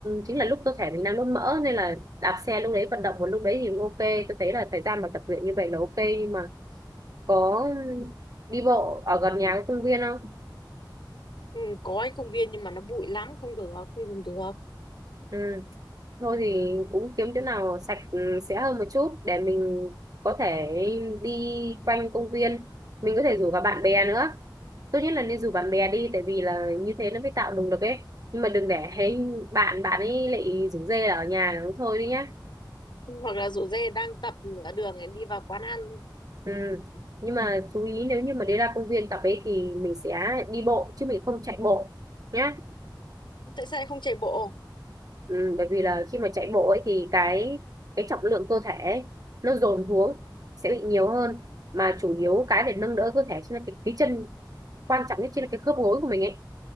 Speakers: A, on the right; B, on the left.
A: chính là lúc cơ thể mình đang đốt mỡ nên là đạp xe lúc đấy vận động một lúc đấy thì cũng ok tôi thấy là thời gian mà tập luyện như vậy là ok nhưng mà có đi bộ ở gần nhà có công viên không
B: ừ, có cái công viên nhưng mà nó bụi lắm không được không dùng được
A: Ừ. Thôi thì cũng kiếm chỗ nào sạch ừ, sẽ hơn một chút để mình có thể đi quanh công viên. Mình có thể rủ cả bạn bè nữa. Tốt nhất là nên rủ bạn bè đi tại vì là như thế nó mới tạo động lực ấy. Nhưng mà đừng để hay bạn bạn ấy lại rủ rê là ở nhà nó thôi đi nhá.
B: hoặc là rủ dê đang tập nửa đường ấy, đi vào quán ăn
A: Ừ. Nhưng mà chú ý nếu như mà đi ra công viên tập ấy thì mình sẽ đi bộ chứ mình không chạy bộ nhá.
B: tại sao lại không chạy bộ
A: Ừ, bởi vì là khi mà chạy bộ ấy thì cái cái trọng lượng cơ thể ấy, nó dồn xuống sẽ bị nhiều hơn mà chủ yếu cái để nâng đỡ cơ thể chính là cái, cái chân quan trọng nhất chính là cái khớp gối của mình ấy